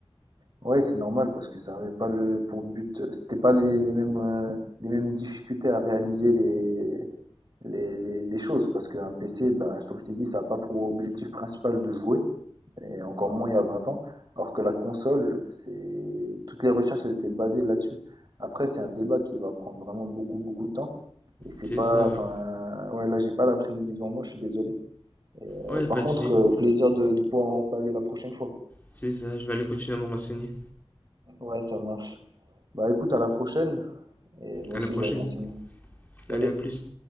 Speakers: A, on the right (about 45°); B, on the left (about 15°).
A: Ouais, c'est normal parce que ça avait pas le pour but, c'était pas les, les mêmes euh, les mêmes difficultés à réaliser les les, les, les choses parce qu'un PC, bah, comme je t'ai dit, ça n'a pas pour objectif principal de jouer. et encore moins il y a 20 ans. Alors que la console, c'est toutes les recherches elles étaient basées là-dessus. Après, c'est un débat qui va prendre vraiment beaucoup, beaucoup de temps. Et c'est
B: C'est
A: pas,
B: ça,
A: enfin,
B: oui.
A: ouais, là, j'ai pas l'après-midi devant moi, je suis désolé. Et, euh,
B: Ouais,
A: par
B: pas
A: contre,
B: de souci.
A: euh, au plaisir de, de pouvoir en reparler la prochaine fois.
B: C'est ça, je vais aller continuer à me renseigner.
A: Ouais, ça marche. Bah écoute, à la prochaine. Et moi
B: À
A: aussi,
B: la prochaine.
A: je vais aller m'enseigner. Salut.
B: Allez, à plus.